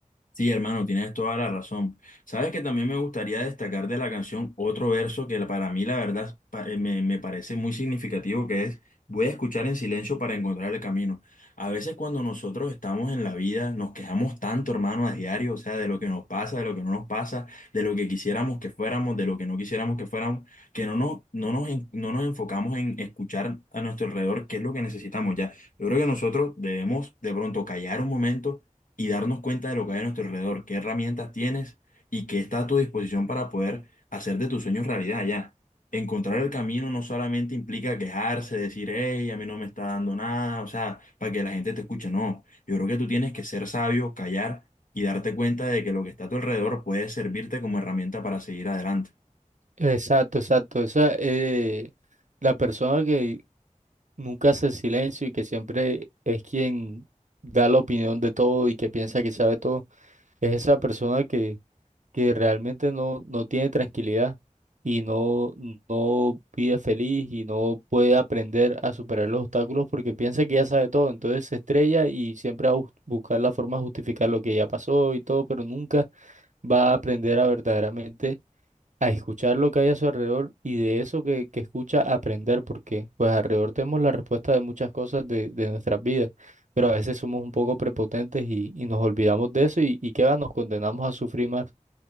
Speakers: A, on the left; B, on the right.
A: Sí, hermano, tienes toda la razón. Sabes que también me gustaría destacar de la canción otro verso que para mí la verdad pa- eh, me, me parece muy significativo, que es voy a escuchar en silencio para encontrar el camino. A veces cuando nosotros estamos en la vida nos quejamos tanto, hermano, a diario, o sea, de lo que nos pasa, de lo que no nos pasa, de lo que quisiéramos que fuéramos, de lo que no quisiéramos que fuéramos, que no nos, no nos, en- no nos enfocamos en escuchar a nuestro alrededor qué es lo que necesitamos ya. Yo creo que nosotros debemos de pronto callar un momento y darnos cuenta de lo que hay a nuestro alrededor, qué herramientas tienes y qué está a tu disposición para poder hacer de tus sueños realidad ya. Encontrar el camino no solamente implica quejarse, decir, hey, a mí no me está dando nada, o sea, para que la gente te escuche, no. Yo creo que tú tienes que ser sabio, callar y darte cuenta de que lo que está a tu alrededor puede servirte como herramienta para seguir adelante.
B: Exacto, exacto. Esa, eh, la persona que nunca hace silencio y que siempre es quien da la opinión de todo y que piensa que sabe todo, es esa persona que, que realmente no, no tiene tranquilidad y no, no vive feliz y no puede aprender a superar los obstáculos porque piensa que ya sabe todo, entonces se estrella y siempre va a bus- buscar la forma de justificar lo que ya pasó y todo, pero nunca va a aprender a verdaderamente a escuchar lo que hay a su alrededor y de eso que, que escucha aprender, porque pues alrededor tenemos la respuesta de muchas cosas de, de nuestras vidas, pero a veces somos un poco prepotentes y, y nos olvidamos de eso y, y qué va, nos condenamos a sufrir más.